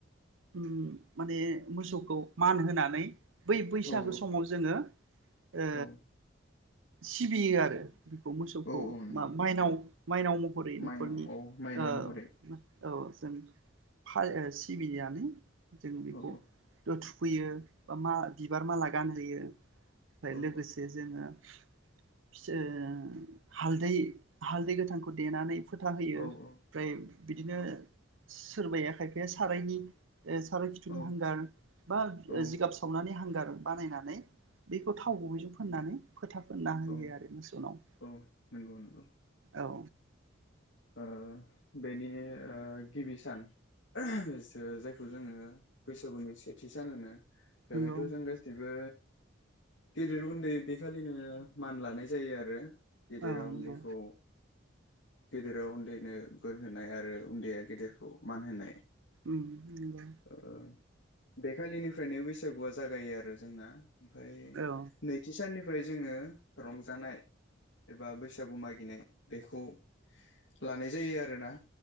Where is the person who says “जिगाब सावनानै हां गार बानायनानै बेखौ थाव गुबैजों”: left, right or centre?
Right